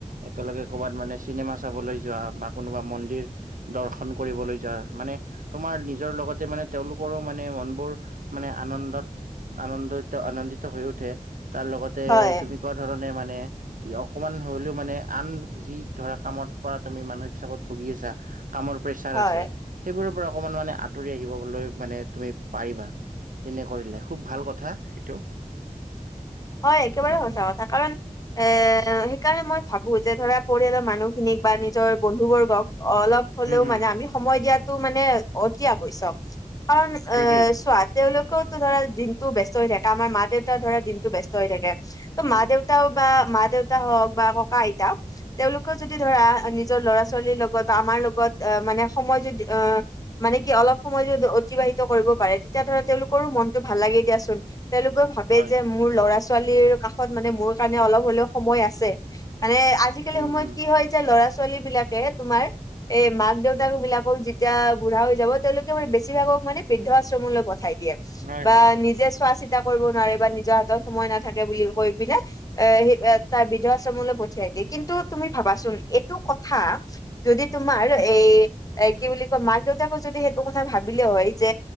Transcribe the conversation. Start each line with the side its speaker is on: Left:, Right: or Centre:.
Right: একেলগে কৰ'বাত মানে চিনেমা চাবলৈ যোৱা বা কোনোবা মন্দিৰ দৰ্শন কৰিবলৈ যায় মানে তোমাৰ নিজৰ লগতে মানে তেওঁলোকৰো মানে মনবোৰ মানে আনন্দত আনন্দ তেওঁ আনন্দিত হৈ উঠে তাৰ লগত। তাতে
Left: হয়,
Right: তুমি কোৱা ধৰণে মানে কি অকমান হলেও মানে আন যি ধৰা কামত। পৰা তুমি মানসিক চাপত ভুগি আছা কামৰ প্ৰেচাৰ
Left: হয়,
Right: আছে। সেইবোৰৰ পৰা অকমান মানে আঁতৰি আহিবলৈ মানে তুমি পাৰিবা। তেনে কৰিলে খুব ভাল কথা সেইটো।
Left: হয় একেবাৰে
Right: উম।
Left: সঁচা কথা কাৰণ এ সেইকাৰণে মই ভাবো যে ধৰা পৰিয়ালৰ মানুহখিনিক বা নিজৰ বন্ধু বৰ্গক অলপ হলেও
Right: উম উম
Left: মানে আমি সময় দিয়াটো মানে অতি আৱশ্যক কাৰণ
Right: ঠিকেই।
Left: এ চোৱা তেওঁলোকেতো ধৰা দিনতো ব্যস্ত হৈ থাকে আমাৰ মা-দেউতা ধৰা দিনটো ব্যস্ত হৈ থাকে। ত
Right: উম
Left: মা-দেউতাও বা মা- দেউতা হওঁক বা ককা, আইতা তেওঁলোকেও যদি ধৰা নিজৰ লৰা-ছোৱালীৰ লগত বা আমাৰ লগত আহ মানে সময় যদি অহ মানে কি অলপ সময় যদি অতিবাহিত কৰিব পাৰে তেতিয়া ধৰা তেওঁলোকৰো মনটো ভাল লাগে দিয়াচোন। তেওঁলোকৰ ভাবে
Right: হয়
Left: যে মোৰ ল'ৰা ছোৱালীৰ কাষত মানে মোৰ কাৰণে অলপ হ'লেও সময় আছে, মানে আজিকালি
Right: উম
Left: সময়ত
Right: উম
Left: কি হয় যে ল'ৰা -ছোৱালী বিলাকে তোমাৰ এই মাক-দেউতাক বিলাকৰ যেতিয়া বুঢ়া হৈ যাব তেওঁলোকে মানে বেছিভাগক মানে বৃদ্ধ আশ্ৰমলৈ পঠাই দিয়ে।
Right: হয়
Left: বা
Right: হয়
Left: নিজে চোৱা চিতা কৰিব নোৱাৰে বা নিজৰ হাতত সময় নাথাকে বুলি কৈ পিনে। এ তাৰ বিদ্ধাশ্ৰমলৈ পঠিয়াই দিয়ে কিন্তু তুমি ভাবাচোন এইটো কথা। যদি তোমাৰ এই। এ কি বুলি কয় মাক দেউতাকো যদি সেইটো কথা ভাবিলে হয় যে